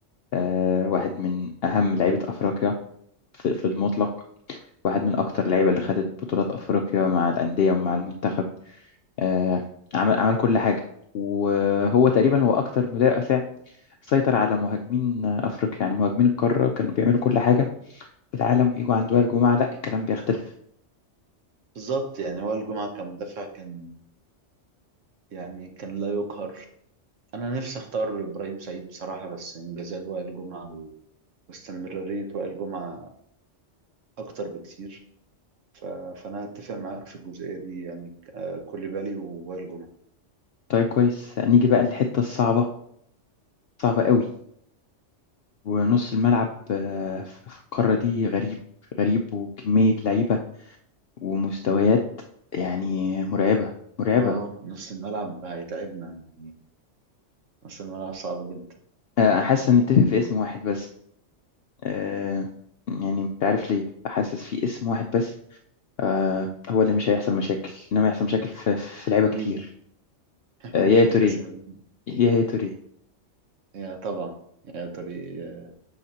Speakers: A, on the left; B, on the right.
A: آه، واحد من أهم لعيبة أفريقيا في في المطلق واحد من أكتر اللعيبة اللي خدت بطولات أفريقيا مع الأندية ومع المنتخب آه، عمل عمل كل حاجة وهو تقريبا هو أكتر مدافع سيطر على مهاجمين أفريقيا يعني مهاجمين القارة كانوا بيعملوا كل حاجة في العالم ويجوا عند وائل جمعة لا الكلام بيختلف
B: بالظبط يعني وائل جمعة كمدافع كان يعني كان لا يقهر انا نفسي اختار ابراهيم سعيد بصراحه بس انجازات وائل جمعه و- واستمراريه وائل جمعه اكتر بكتير ف... فانا هتفق معاك في الجزئيه دي يعني آه، كوليبالي ووائل جمعه
A: طيب كويس نيجي بقى للحتة الصعبة صعبة قوي ونص الملعب آه، في في القارة دي غريب غريب وكمية لعيبة ومستويات يعني مرعبة مرعبة
B: اه نص الملعب هيتعبنا نص الملعب صعب جدا
A: آه، حاسس ان نتفق في اسم واحد بس آه، يعني مش عارف ليه حاسس في اسم واحد بس آه، هو اللي مش هيحصل مشاكل انما يحصل مشاكل في في لعيبه
B: مين
A: كتير
B: <laughs>
A: آه، يا
B: مين
A: توريه
B: الاسم ده
A: يا هي توريه
B: يا طبعا يا توري آه،